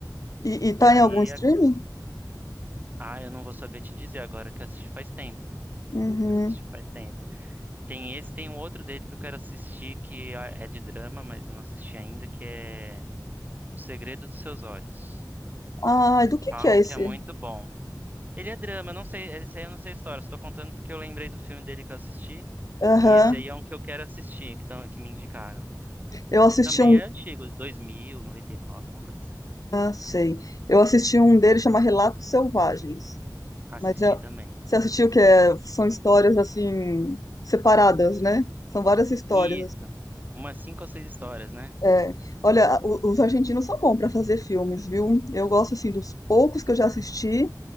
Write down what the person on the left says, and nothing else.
E, e
tá
em algum streaming?
Uhum.
Ah, do que
que é esse?
Aham.
Eu assisti
um.
Ah, sei. Eu assisti um dele chama Relatos Selvagens.
Mas é...
você assistiu que é... são histórias assim separadas, né? São várias histórias.
É, olha, o- os argentinos são bons para fazer filmes, viu? Eu gosto assim dos poucos que eu já assisti,